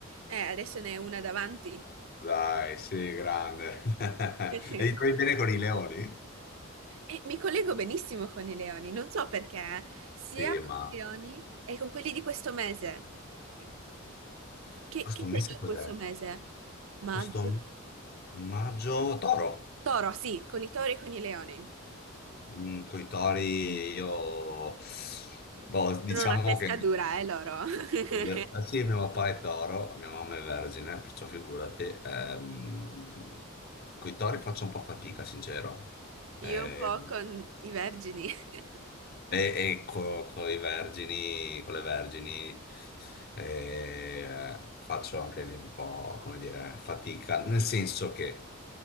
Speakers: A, on the right; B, on the left.
A: Eh, adesso ne è una davanti.
B: Dai, sì, grande. <laughs>
A: <laughs>
B: E ti trovi bene con i leoni?
A: E mi collego benissimo con i leoni, non so perché, sia
B: Sì,
A: con
B: ma
A: i leoni e con quelli di questo mese. Che, che
B: questo
A: segno
B: mese cos'è?
A: è questo mese? Maggio?
B: Questo maggio, Toro.
A: Toro, sì, con i tori e con i leoni.
B: Mm, coi tori io, boh, diciamo
A: Sono una testa
B: che
A: dura, eh, loro. <laughs>
B: le- eh, sì, mio papà è toro, mia mamma è vergine, perciò figurati, ehm, coi tori faccio un po' fatica, sincero. Ehm,
A: Io un po' con i vergini. <laughs>
B: e, ecco, con i vergini, con le vergini eh, faccio anche lì un po', come dire, fatica, <laughs> nel senso che